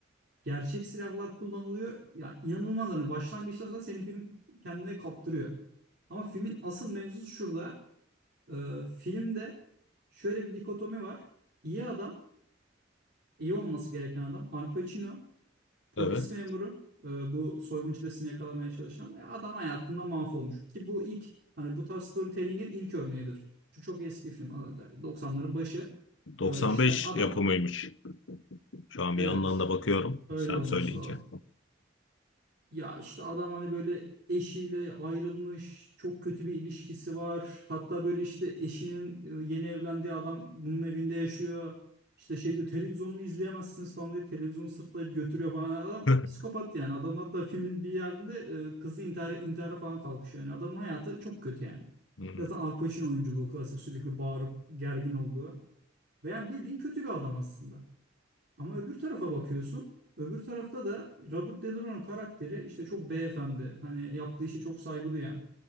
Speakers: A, on the right (about 60°); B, on the left (about 75°).
A: gerçek silahlar kullanılıyor. Ya inanılmaz hani başlangıçta zaten seni film kendine kaptırıyor. Ama filmin asıl mevzusu şurada. Ee, filmde şöyle bir dikotomi var. İyi adam, iyi olması gereken adam Al Pacino, polis
B: Evet.
A: memuru, e, bu soygun çetesini yakalamaya çalışan e, adam hayatında mahvolmuş. Ki bu ilk hani bu tarz storytelling'in ilk örneğidir. Çünkü çok eski film, hani doksanların başı.
B: 95
A: Ee, işte adam
B: yapımıymış. Şu an
A: evet
B: bir yandan da bakıyorum.
A: öyle
B: Sen
A: olması
B: söyleyince.
A: lazım. Ya işte adam hani böyle eşiyle ayrılmış, çok kötü bir ilişkisi var. Hatta böyle işte eşinin e, yeni evlendiği adam bunun evinde yaşıyor. İşte şey diyor televizyonumu izleyemezsiniz falan deyip televizyonu sırtlayıp götürüyor falan. Hani Adam
B: <laughs> Hı
A: psikopat yani. Adam hatta film bir yerinde e, kızı intihar, intihara falan kalkışıyor. Yani adamın hayatı çok kötü yani.
B: hı,
A: Zaten Al Pacino oyunculuğu klasik sürekli bağırıp gergin olduğu. Ve yani bildiğin kötü bir adam aslında. Ama öbür tarafa bakıyorsun. Öbür tarafta da Robert De Niro'nun karakteri işte çok beyefendi. Hani yaptığı işe çok saygı duyan.